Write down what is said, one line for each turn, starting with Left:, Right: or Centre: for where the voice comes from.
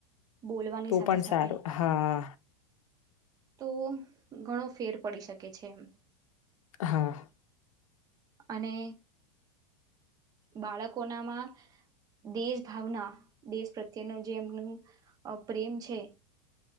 Right: બોલવાની
Left: તો
Right: સાથે
Left: પણ
Right: સાથે
Left: સારું હા.
Right: તો ઘણો ફેર પડી શકે છે, એમ
Left: હા
Right: અને બાળકોનામાં દેશ ભાવના દેશ પ્રત્યે ન જે એમનું પ્રેમ છે,